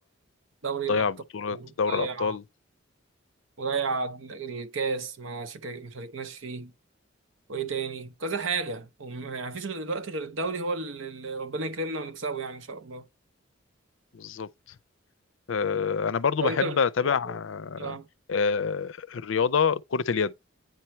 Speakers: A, on the right (about 75°); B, on the left (about 75°).
A: دوري الابطال
B: ضيع بطولة دوري
A: ضيع
B: الأبطال
A: وضيع الكاس ما شك- ما شاركناش فيه وايه تاني كذا حاجه وم- يعني مفيش غير دلوقتي غير الدوري هو اللي اللي ربنا يكرمنا ونكسبه يعني ان شاء الله
B: بالظبط آه، انا برضو
A: لو
B: بحب
A: انت
B: اتابع آه،
A: اه
B: آه، الرياضه كره اليد